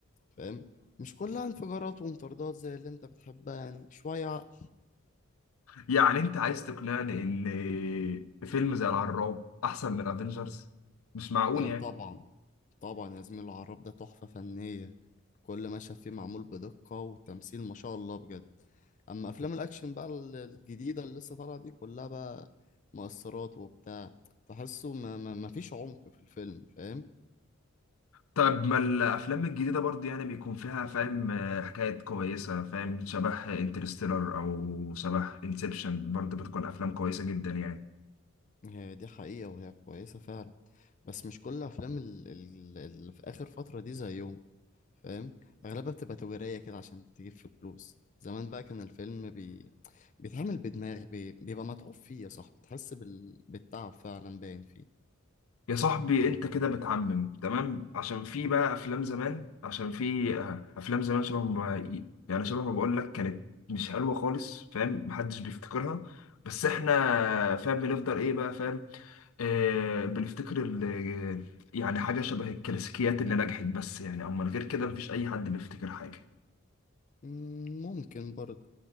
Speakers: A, on the left; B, on the left.
A: فاهم مش كلها انفجارات ومطاردات زي اللي انت بتحبها يعني شوية عقل.
B: يعني انت عايز تقنعني ان فيلم زي الهراب احسن من افنجرز مش
A: ده
B: معقول يعني
A: طبعا طبعا يا زميل العراب ده تحفة فنية كل مشهد فيه معمول بدقة والتمثيل ما شاء الله بجد اما افلام الاكشن بقى ال- الجديدة اللي لسه طالعة دي كلها بقى مؤثرات وبتاع تحسه ما, ما, ما فيش عمق في الفيلم فاهم
B: طب ما الافلام الجديده برضه يعني بيكون فيها فاهم آه، حكايات كويسه فاهم شبه انترستيلر او شبه انسبشن برضه بتكون افلام كويسه جدا يعني
A: هي دي حقيقة وهي كويسة فعلا بس مش كل افلام ال- ال- اللي في اخر فترة دي زيهم فاهم اغلبها بتبقى تجارية كده عشان تجيب فلوس زمان بقى كان الفيلم بي... بيتعمل بدماغ بي... بيبقى متعوب فيه يا صاحبي تحس بال... بالتعب فعلا باين فيه
B: يا صاحبي انت كده بتعمم تمام عشان في بقى افلام زمان عشان في آه، افلام زمان شبه ما يعني شبه ما بقول لك كانت مش حلوه خالص فاهم محدش بيفتكرها بس احنا فاهم بنفضل ايه بقى فاهم آه بنفتكر ال- يعني حاجه شبه الكلاسيكيات اللي نجحت بس يعني اما غير كده مفيش اي حد بيفتكر حاجه
A: مم، ممكن برضه